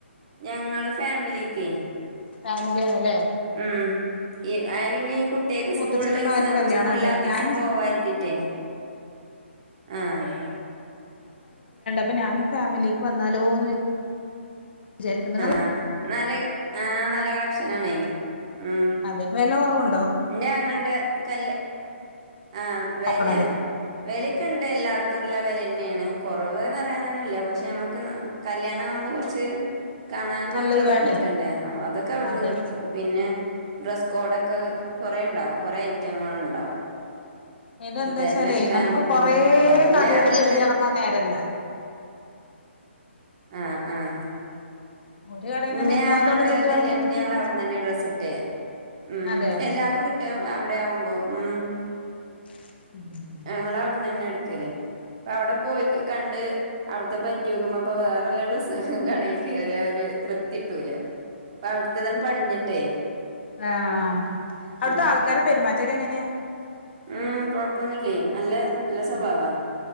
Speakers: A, on the right; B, on the left.
A: ഞങ്ങള് ഫാമിലീക്കെയ്.
B: ഫാമിലിആണ്ല്ലേ
A: മ് ഇഹ് ആഹ് ഇനി കുട്ടെക്ക്
B: മൂത്തച്ഛന്റെ
A: സ്കൂളിലിസം
B: മകന്റെ കല്യാണണ്ട്
A: സ്കൂൾലാത്തീസം
B: ഞാന്
A: പോവാര്ത്തീട്ടേ ആഹ്
B: അപ്പ നാനും ഫാമലിക്ക് വന്നാലോന്ന് വി ചാരിക്ക്ന്ന് നല്ല
A: അഹ് നല്ലക ആഹ് നല്ലകളക്ഷനാണേ ഉം
B: അതെ വെല കൊറവ്ണ്ടോ?
A: ഇന്റാങൾടെ കല്യ ആഹ് വെല
B: നോക്കണല്ലോ
A: വെലെക്കെണ്ട് എല്ലാട്ത്തുള്ള വെലെന്നെണ് കൊറവ്ന്നറയാനൊന്നുല്ല പശെ അമക്ന്ന് കല്യാണാവുബൊ കൊർച് കാണാൻ ഭംഗിയുള്ളത്
B: നല്ലത് വേണേ
A: കിട്ടണ്ടേ അതൊക്കെ അവിടുന്ന്
B: അതെ
A: കിട്ടും പിന്നെ ഡ്രസ്സ് കോഡൊക്കെ കൊറേ ഇണ്ടാവും കുറേ ഐറ്റങ്ങൾ ഇണ്ടാവും
B: ഇതെന്താ
A: തിരഞ്ഞെടുക്കാ
B: വെച്ചാലേ
A: നമുക്ക്
B: കൊറേ
A: തെൻ്റ
B: കടകൾ
A: എങ്ങൾ
B: കേറി ഇറങ്ങാൻ നേരല്ല
A: ആഹ് ആഹ്
B: ഒരു കടയിൽ
A: ഇന്റെ
B: തന്നെ എല്ലാതും
A: ആങ്ങൾടെ
B: അങ്ങട് കിട്ടുകയാണെന്നുണ്ടെങ്കിൽ
A: കല്യാണത്തിനെ ഞങ്ങളവിടുന്ന് തന്നെയാ ഡ്രസ്സിട്ടേ ഉം
B: അതെ
A: എല്ലാതും റ്റേ അവിടെയാവുമ്പം ഉം
B: ഉം
A: ഞങ്ങളവിടന്ന് തന്നെയാ എടുക്കല് അപ്പ അവിടെ പോയി കണ്ട് അവിടുത്തെ പറ്റി നോക്കുമ്പ ഇപ്പ വേറെല്ല ഡ്രെസ്സ് കടയിലേക്ക് കേറിയാ ഒരു തൃപ്തി കിട്ടൂല അവിടുത്തെതാണ് പടിഞ്ഞിട്ടേ
B: ആഹ് അവിടുത്തെ
A: ഉം
B: ആൾക്കാർടെ പെരുമാറ്റൊക്കെ എങ്ങനെ
A: ഉം കൊഴപ്പൊന്നുല്ലേ നല്ല സ്വഭാവാ
B: ഉം